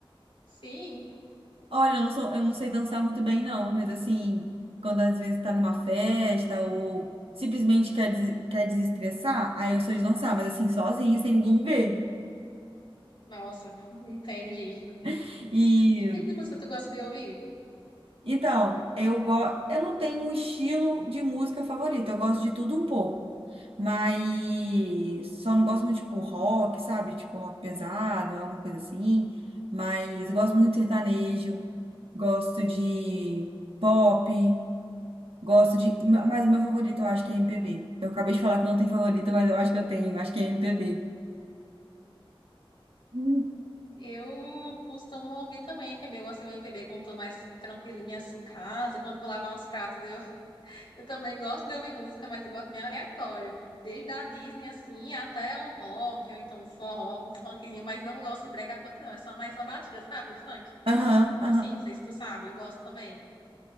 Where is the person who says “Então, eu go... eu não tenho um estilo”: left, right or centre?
Right